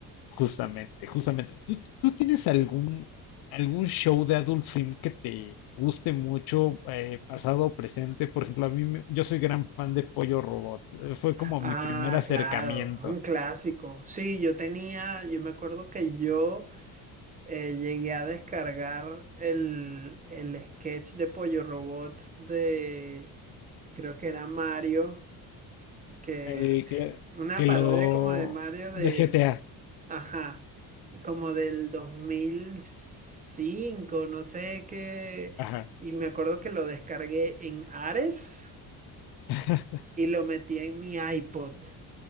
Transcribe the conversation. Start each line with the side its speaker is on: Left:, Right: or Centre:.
Left: Justamente, justamente. ¿Tú, tú tienes algún, algún show de Adult Swim que te guste mucho, eh, pasado o presente? Por ejemplo, a mí, me- yo soy gran fan de Pollo Robot. Eh, Fue como
Right: Ah,
Left: mi primer acercamiento.
Right: claro, un clásico. Sí, yo tenía, yo me acuerdo que yo eh, llegué a descargar el, el sketch de Pollo Robot de, creo que era Mario, que
Left: El que,
Right: eh, una
Left: que
Right: parodia
Left: lo...
Right: como de Mario
Left: de
Right: de,
Left: GTA.
Right: ajá, y como del 2005, no sé qué,
Left: Ajá.
Right: y me acuerdo que lo descargué en Ares
Left: <laughs>
Right: y lo metí en mi iPod.